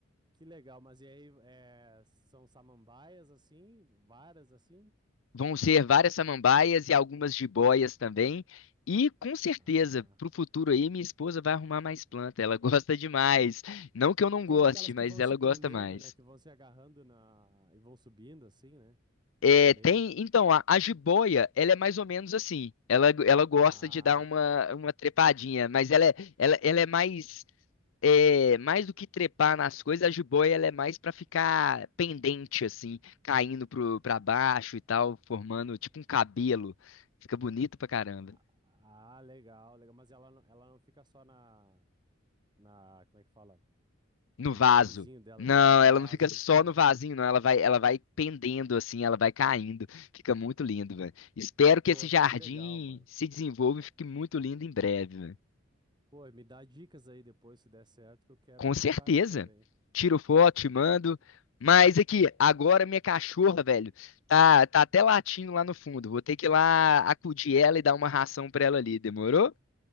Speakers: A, on the right; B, on the left.
A: que legal, mas e aí, é, são samambaias assim, varas assim?
B: Vão ser várias samambaias e algumas jiboias também. E com certeza,
A: Ah.
B: pro futuro aí, minha esposa vai arrumar mais planta. Ela <laughs> gosta demais. Não que eu não
A: Tem
B: goste,
A: aquelas que
B: mas
A: vão
B: ela
A: se
B: gosta
A: prendendo,
B: mais.
A: né? Que vão se agarrando na e vão subindo assim, né?
B: É,
A: Também.
B: tem, então, a, a jiboia, ela é mais ou menos assim. Ela, ela gosta
A: Ah,
B: de dar uma, uma trepadinha, mas ela é, ela, ela é mais, é, mais do que trepar nas coisas, a jiboia ela é mais pra ficar pendente, assim, caindo pro, pra baixo e tal, formando tipo um cabelo. Fica bonito pra caramba.
A: ah, ah, legal, legal. Mas ela, não- ela não fica só na, na, como é que fala?
B: No
A: No
B: vaso.
A: potezinho dela
B: Não,
A: ali, no
B: ela
A: vaso,
B: não fica só
A: isso. No...
B: no vasinho, não. Ela vai, ela vai pendendo assim, ela vai caindo. Fica muito lindo, velho. Espero que
A: Poxa,
B: esse jardim
A: que legal, mano.
B: se desenvolva e fique muito lindo em breve,
A: Pô, me dá dicas aí depois, se der certo, que eu quero
B: Com
A: aplicar
B: certeza.
A: aqui também.
B: Tiro foto, te mando. Mas aqui, agora minha cachorra, velho, tá, tá até latindo lá no fundo. Vou ter que ir lá acudir ela e dar uma ração pra ela ali. Demorou?